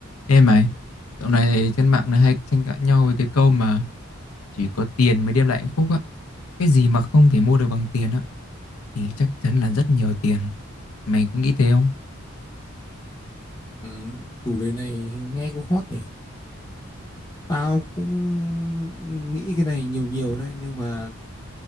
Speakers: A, on the left; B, on the left.
A: Ê mày, dạo này trên mạng này hay tranh cãi nhau với cái câu mà chỉ có tiền mới đem lại hạnh phúc á. Cái gì mà không thể mua được bằng tiền á, thì chắc chắn là rất nhiều tiền. Mày có nghĩ thế không?
B: Ừ, chủ đề này nghe cũng hot nhỉ. Tao cũng nghĩ cái này nhiều nhiều đấy nhưng mà